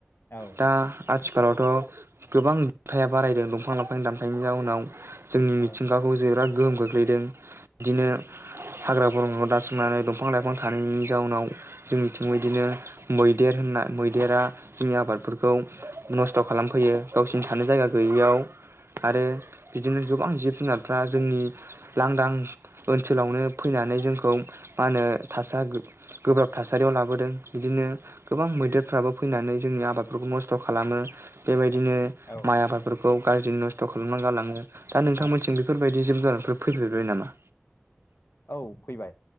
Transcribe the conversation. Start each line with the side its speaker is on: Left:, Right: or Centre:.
Left: औ
Right: दा
Left: नंगौ
Right: आथ आथिखालावथ गोबां दु़ंथाया बारायदों दंफां लाइफां दानफायनायनि जाउनाव। जोंनि मिथिंगाखौ
Left: औ
Right: जिराद गोहोम खख्लैदों। बिदिनो हाग्रा बंग्राखौ दासिमनानै दंफां लाइफां थानायनि जाउनाव जोंनिथिं बिदिनो मैदेर होनना मैदेरा जोंनि आबादफोरखौ नस्थ खालामफैयो गावसिनि थानो जायगा गैयियाव आरो बिदिनो गोबां जिब जुनार दा जोंनि लांदां ओनसोलावनो फैनानै जोंखौ मा होनो थासा गोब्राब थासारियाव लाबोदों बिदिनो गोबां मैदेरफ्राबो फैनानै जोंनि आबादफोरखौ नस्थ खालामो बेबायदि बिदिनो
Left: औ
Right: माइ आबादफोर खौ गाज्रि नस्थ खालामना गालाङो। दा नोंथां
Left: औ
Right: मोननिथिं बेफोरबायदि जों गोजानफोर फैफेरबाय नामा।
Left: औ फैबाय